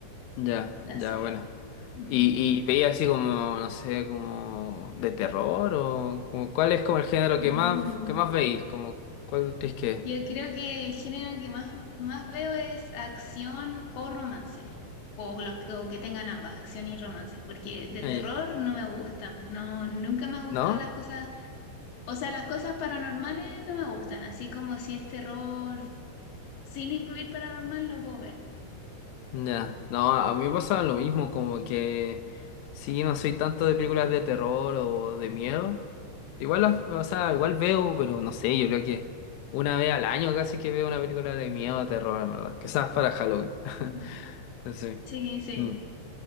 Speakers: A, on the left; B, on the left.
A: Ya,
B: de la
A: ya,
B: serie.
A: bueno.
B: Ujú.
A: ¿Y, y veías así como, no sé, como de terror, o como cuál es como el género
B: Mm,
A: que más, que más veis? Como, ¿cuál crees que es?
B: yo creo que el género que más, más veo es acción o romance, o, los, que- o que tengan ambas, acción y romance, porque de terror
A: Eh,
B: no me gustan, no, nunca me han gustado
A: ¿No?
B: las cosas, o sea, las cosas paranormales no me gustan, así como si es terror sin incluir paranormal lo puedo ver.
A: Ya, no, a mí me pasa lo mismo, como que sí, no soy tanto de películas de terror o de miedo. Igual las, o sea, igual veo, pero no sé, yo creo que una vez al año casi que veo una película de miedo o terror, en verdad. Quizás para Halloween. <laughs>
B: Mm,
A: Sí.
B: Sí, sí.
A: Mm,